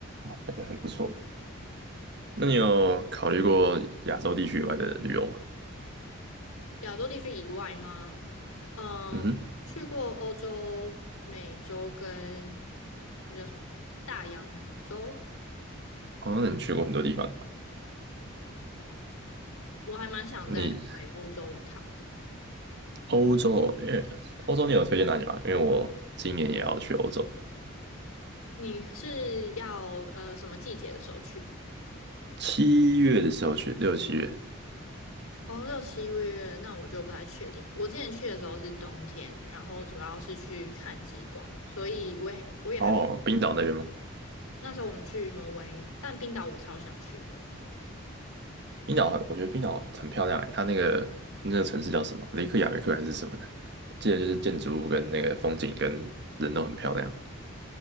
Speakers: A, on the right; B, on the left.
A: 感觉很不错。那你有考虑过亚洲地区以外的旅游吗？
B: 亚洲地区以外吗？嗯，
A: 嗯哼，
B: 去过欧洲、美洲跟那叫什么大洋洲。
A: 那那你去过很多地方。
B: 我还蛮想再回欧洲一趟的。
A: 你欧洲，因为欧洲你有推荐哪里吗？因为我今年也要去欧洲，
B: 你是要呃什么季节的时候去？
A: 七月的时候去，六七月。
B: 哦，六七月，那我就不太确定。我之前去的时候是冬天，然后主要是去看极光，所以我也我也还没。
A: 哦，冰岛那边吗？
B: 那时候我们去挪威，但冰岛我超想去的，
A: 冰岛很，我觉得冰岛很漂亮诶，它那个那个城市叫什么？雷克雅未克还是什么的？我记得就是建筑物跟那个风景跟人都很漂亮。